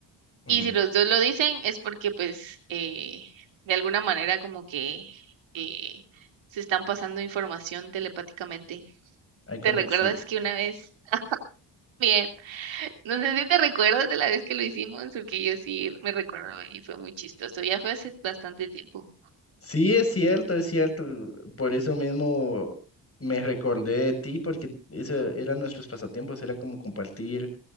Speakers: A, on the left; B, on the right.
A: ujú.
B: Y si los dos lo dicen es porque pues eh, de alguna manera como que eh, se están pasando información telepáticamente.
A: Hay conexión.
B: ¿Te recuerdas que una vez, bien, no sé si te recuerdas de la vez que lo hicimos, porque yo sí me recuerdo y fue muy chistoso. Ya fue hace bastante tiempo,
A: Sí, es cierto, es cierto. Por eso mismo me recordé de ti, porque eso eran nuestros pasatiempos, era como compartir